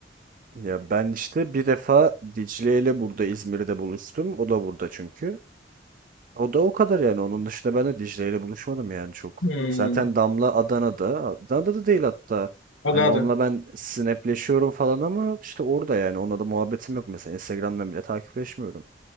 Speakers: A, on the right; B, on the left.
A: Ya ben işte bir defa Dicle ile burada İzmir'de buluştum. O da burada çünkü. O da o kadar yani. Onun dışında ben de Dicle ile buluşmadım yani çok.
B: Hmm.
A: Zaten Damla Adana'da. Adana'da da değil hatta.
B: Adı
A: Hani
B: adı.
A: onunla ben snapleşiyorum falan ama işte orada yani. Onunla da muhabbetim yok mesela. Instagram'dan bile takipleşmiyorum.